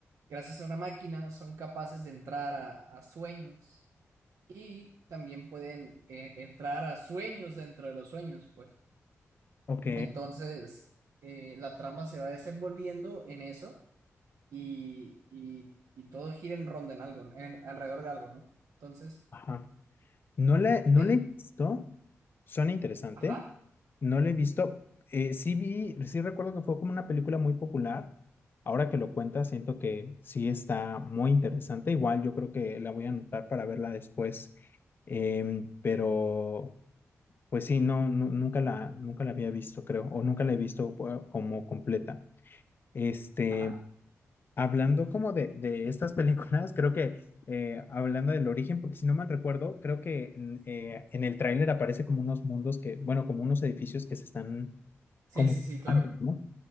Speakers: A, on the right; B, on the left.
A: gracias a una máquina son capaces de entrar a a sueños y también pueden eh, entrar a sueños dentro de los sueños, pues.
B: Ok,
A: Entonces, eh, la trama se va desenvolviendo en eso y, y, y todo gira en ronda en algo, en, alrededor de algo, ¿no? Entonces,
B: ajá. No la, no
A: en...
B: la he visto, suena interesante.
A: Ajá,
B: No la he visto. Eh, sí vi, sí recuerdo que fue como una película muy popular. Ahora que lo cuentas, siento que sí está muy interesante. Igual yo creo que la voy a anotar para verla después. Em, pero pues sí, no, nu- nunca la, nunca la había visto, creo, o nunca la he visto eh, como completa. Este,
A: ajá.
B: hablando como de, de estas <laughs> películas, creo que eh, hablando del origen, porque si no mal recuerdo, creo que en, eh, en el tráiler aparece como unos mundos que, bueno, como unos edificios que se están
A: Sí,
B: como
A: sí, sí, claro.
B: Thanos, ¿no?